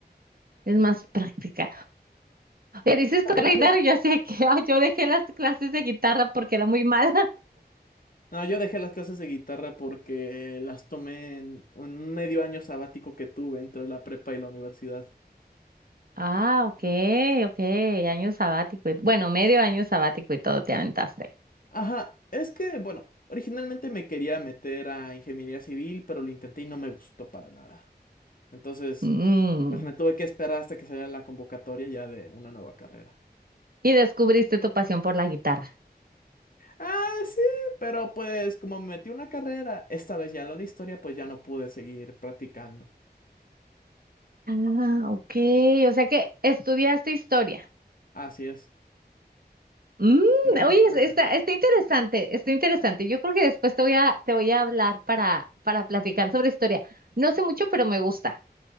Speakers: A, on the right; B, on the left.
A: es más práctica. Oye, dices
B: Talento
A: tocar la guitarra y yo así de que, ay, yo dejé las clases de guitarra porque era muy mala.
B: No, yo dejé las clases de guitarra porque las tomé en un medio año sabático que tuve entre la prepa y la universidad.
A: Ah, ok, ok, año sabático. y- Bueno, medio año sabático y todo te aventaste.
B: Ajá, es que, bueno, originalmente me quería meter a ingeniería civil, pero lo intenté y no me gustó para nada. Entonces,
A: Mm.
B: pues me tuve que esperar hasta que saliera la convocatoria ya de una nueva carrera.
A: Y descubriste tu pasión por la guitarra.
B: Ah, sí, pero pues como me metí a una carrera, esta vez ya la de historia, pues ya no pude seguir practicando.
A: Ah, ok, o sea que estudiaste historia.
B: Así es.
A: Mm,
B: Eso
A: oye,
B: fue
A: es-
B: la
A: está,
B: carrera.
A: está interesante, está interesante. Yo creo que después te voy a, te voy a hablar para, para platicar sobre historia. No sé mucho, pero me gusta.